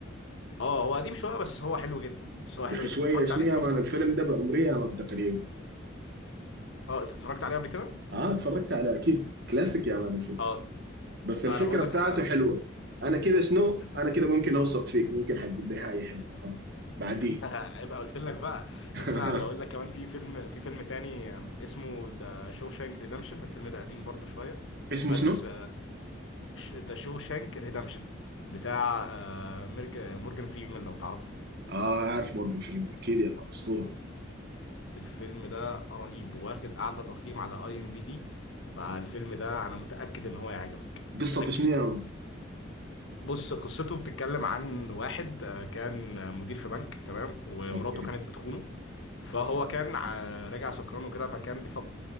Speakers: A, on the left; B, on the right.
A: اه هو قديم شويه بس هو حلو جدا بس هو
B: يا
A: حلو
B: اخي
A: جدا
B: شويه
A: انت اتفرجت
B: شنو
A: عليه
B: يا
A: شفته
B: مان الفيلم ده بعمري يا مان تقريبا
A: اه انت اتفرجت عليه قبل كده
B: اه اتفرجت على اكيد كلاسيك يا مان الفيلم
A: اه
B: بس الفكره
A: انا بقول لك
B: بتاعته
A: انا الفيلم
B: حلوه انا كده شنو
A: الفك...
B: انا كده ممكن اوثق فيك ممكن حتجيب لي حاجه حلوه اه بعديه
A: <laughs> يبقى قلت لك بقى
B: <laughs>
A: اسمعني اقول لك كمان في فيلم في فيلم تاني آم، اسمه ذا شانك ريدمشن الفيلم ده قديم برضو شويه
B: اسمه
A: بس
B: شنو؟
A: ذا شانك ريدمشن بتاع آه، ميرج- مورجان فريمان لو تعرفه
B: اه عارف مورجان فريمان اكيد يا مان اسطوره
A: الفيلم ده رهيب واخد اعلى تقييم على اي ام بي دي فالفيلم ده انا متاكد ان هو يعجبك
B: قصته
A: متاكد
B: شنو يا مان؟
A: بص قصته بتتكلم عن واحد آه، كان مدير في بنك تمام ومراته
B: اوكي
A: كانت بتخونه فهو كان آه، راجع سكران وكده فكان بيفكر